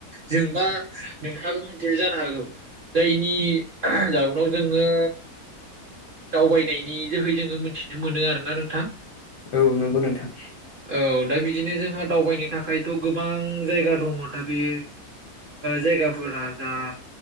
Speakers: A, on the right; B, on the left.
A: जोंबा नोंथाङाबो मिथिया जानो हागौ जायनि जउनाव जोङो दावबायनायनि जोहै जोङो मिथिनो मोनो आरोना नोंथां।
B: औ नंगौ नोंथां
A: औ दा बिदिनो जोंहा दावबायनो थाखायथ' गोबां जायगा दङ दा बे जायगाफोरा जा